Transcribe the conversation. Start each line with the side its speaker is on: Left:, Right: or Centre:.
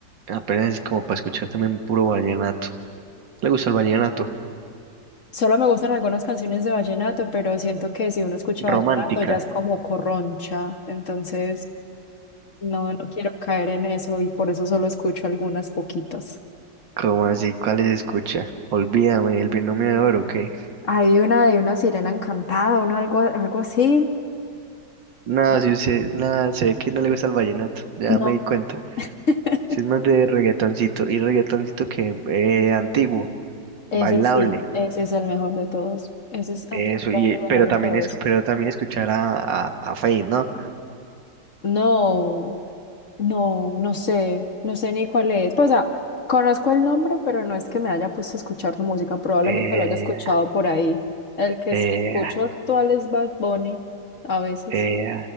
Right: Apenas es como para escuchar también puro vallenato. ¿Le gusta el vallenato?
Left: Solo me gustan algunas canciones de vallenato, pero siento que si uno escucha
Right: Romántica.
Left: vallenato ya es como corroncha. Entonces, no, no quiero caer en eso y por eso solo escucho algunas poquitas.
Right: ¿Cómo así? ¿Cuáles escucha? Olvídame, el binomio de oro, ¿o ¿qué?
Left: Hay una de una sirena encantada, uno algo, algo así.
Right: No,
Left: Ah,
Right: si usted, nada, se ve que no le gusta el vallenato, ya
Left: No.
Right: me di cuenta.
Left: <laughs>
Right: Si es más de reggaetoncito, y reggaetoncito que eh, antiguo,
Left: Ese
Right: bailable,
Left: sí, ese es el mejor de todos. Ese es
Right: eso,
Left: absolutamente
Right: y
Left: el mejor
Right: pero
Left: de
Right: también
Left: todos.
Right: es, pero también escuchar a, a, a Feid, ¿no?
Left: No, no, no sé, no sé ni cuál es. Pues, o sea, conozco el nombre, pero no es que me haya puesto a escuchar su música. Probablemente
Right: Eh,
Left: lo haya escuchado por ahí. El que
Right: eh,
Left: escucho actual es Bad Bunny, a veces.
Right: eh,